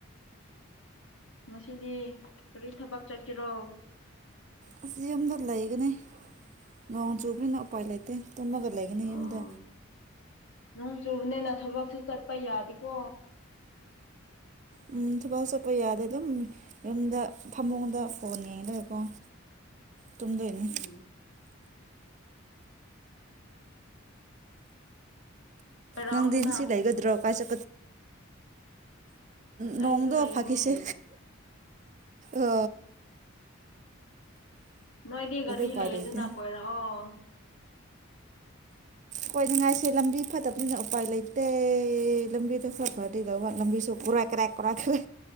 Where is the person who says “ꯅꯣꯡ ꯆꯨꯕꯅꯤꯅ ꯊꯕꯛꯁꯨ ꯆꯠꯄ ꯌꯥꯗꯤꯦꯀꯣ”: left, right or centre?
Left